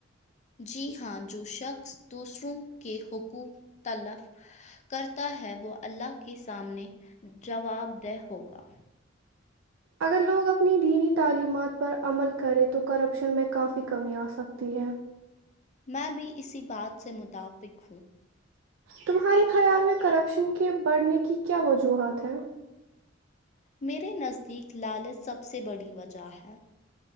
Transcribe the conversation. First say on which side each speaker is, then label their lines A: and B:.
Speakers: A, on the left; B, on the right.
A: جی ہاں جو شخص دوسروں کے حقوق تلف کرتا ہے وہ اللہ کے سامنے جواب دہ ہو گا
B: اگر لوگ اپنی دینی تعلیمات پر عمل کریں تو کرپشن میں کافی کمی آسکتی ہے
A: میں بھی اسی بات سے متفق ہوں
B: تمہارے خیال میں کرپشن کے بڑھنے کی کیا وجوہات ہیں
A: میرے نزدیک لالچ سب سے بڑی وجہ ہے